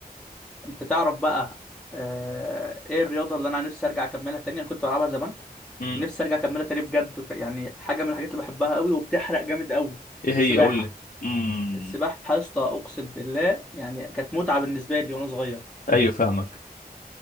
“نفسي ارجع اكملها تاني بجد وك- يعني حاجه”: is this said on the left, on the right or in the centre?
Centre